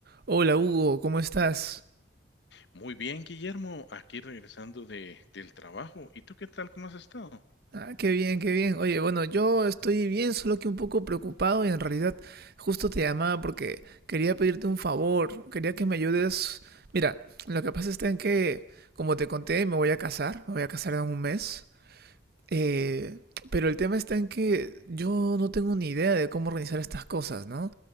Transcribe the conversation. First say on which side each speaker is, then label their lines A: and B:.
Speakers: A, on the right; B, on the left.
A: Hola Hugo, ¿cómo estás?
B: Muy bien, Guillermo, aquí regresando de, del trabajo. ¿Y tú qué tal? ¿Cómo has estado?
A: Ah, qué bien, qué bien. Oye, bueno, yo estoy bien, solo que un poco preocupado y en realidad justo te llamaba porque quería pedirte un favor, quería que me ayudes. Mira, lo que pasa está en que, como te conté, me voy a casar, me voy a casar en un mes. Eh, pero el tema está en que yo no tengo ni idea de cómo organizar estas cosas, ¿no?